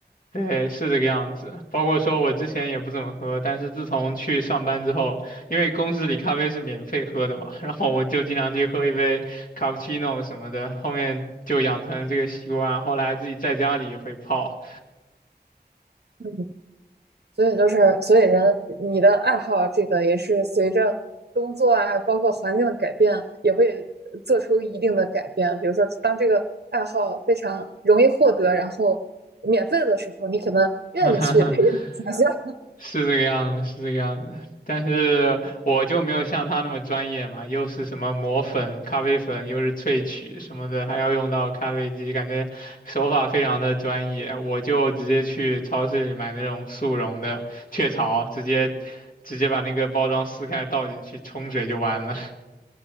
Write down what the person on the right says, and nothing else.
嗯。所以就是，所以人你的爱好这个也是随着工作啊，包括环境的改变，也会做出一定的改变。比如说，当这个爱好非常容易获得，然后免费的时候，你可能愿意去培养一下。